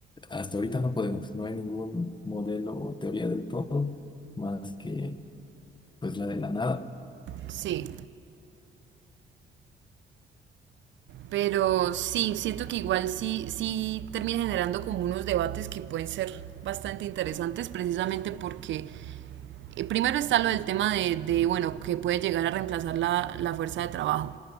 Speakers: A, on the left; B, on the right.
A: hasta ahorita no podemos, no hay ningún modelo o teoría del todo, más que pues la de la nada.
B: Sí, pero sí, siento que igual sí, sí termina generando como unos debates que pueden ser bastante interesantes precisamente porque Eh, Primero está lo del tema de, de, bueno, que puede llegar a reemplazar la, la fuerza de trabajo.